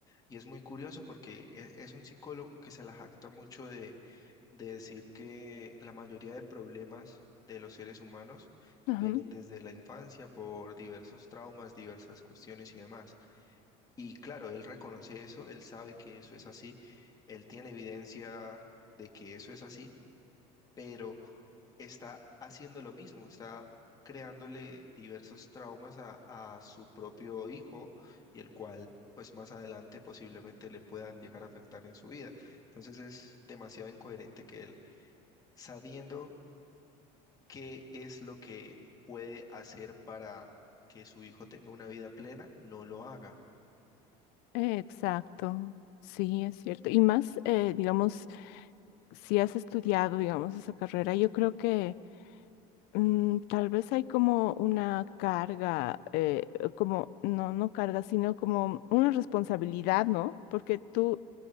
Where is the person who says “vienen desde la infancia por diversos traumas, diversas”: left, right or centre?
Left